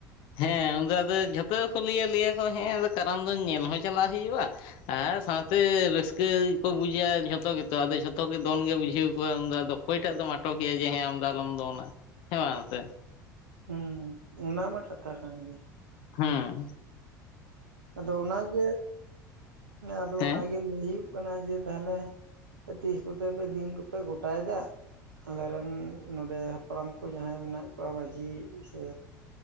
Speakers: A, on the left; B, on the right.
A: ᱦᱮᱸ ᱩᱱᱫᱚ ᱟᱫᱚ ᱡᱷᱚᱛᱚ ᱠᱚ ᱞᱟᱹᱭ ᱞᱮᱭᱟ ᱠᱚ ᱦᱮᱸ ᱟᱫᱚ ᱠᱟᱨᱟᱢ ᱫᱚᱱ ᱧᱮᱞ ᱦᱚᱸ ᱪᱟᱞᱟᱣ ᱦᱩᱭᱩᱜ-ᱟ ᱟᱨ ᱥᱟᱶᱛᱮ ᱨᱟᱹᱥᱠᱟᱹ ᱜᱮᱠᱚ ᱵᱩᱡ-ᱟ ᱡᱷᱚᱛᱚ ᱜᱮᱛᱚ ᱟᱫᱚ ᱡᱷᱚᱛᱚ ᱜᱮ ᱫᱚᱱ ᱜᱮ ᱵᱩᱡᱷᱟᱹᱣ ᱠᱚᱣᱟ ᱩᱱᱫᱚ ᱟᱫᱚ ᱚᱠᱚᱭ ᱴᱟᱜ ᱫᱚᱢ ᱟᱴᱚᱠᱮᱭᱟ ᱡᱮ ᱦᱮᱸ ᱟᱢ ᱫᱚ ᱟᱞᱚᱢ ᱫᱚᱱᱟ ᱦᱮᱸ ᱵᱟᱝ ᱥᱮ
B: ᱦᱩᱸ ᱚᱱᱟ ᱢᱟ ᱠᱷ ᱠᱟᱛᱷᱟ ᱠᱟᱱ ᱜᱮᱭᱟ
A: ᱦᱩᱸᱢ
B: ᱟᱫᱚ ᱚᱱᱟᱜᱮ ᱟᱫᱚ
A: ᱦᱮᱸ
B: ᱚᱱᱟᱜᱮ ᱞᱟᱹᱭ ᱦᱩᱭᱩᱜ ᱠᱟᱱᱟ ᱡᱮ ᱛᱟᱦᱚᱞᱮ ᱛᱤᱥ ᱠᱚᱛᱮ ᱯᱮ ᱫᱤᱱ ᱠᱚᱯᱮ ᱜᱚᱴᱟᱭᱮᱫᱟ ᱟᱞᱮᱨᱮᱱ ᱱᱚᱰᱮ ᱦᱟᱯᱲᱟᱢ ᱠᱚ ᱡᱟᱦᱟᱭ ᱢᱮᱱᱟᱜ ᱠᱚᱣᱟ ᱢᱟᱺᱡᱷᱤ ᱥᱮ